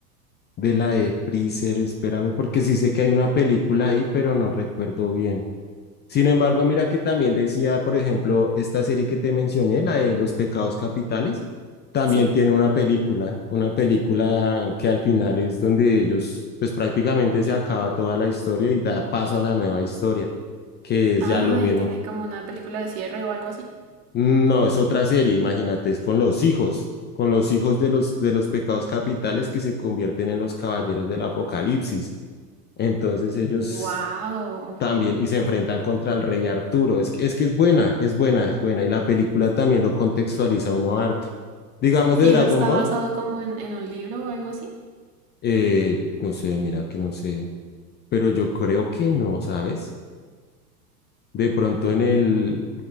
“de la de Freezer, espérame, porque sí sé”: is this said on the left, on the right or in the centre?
Left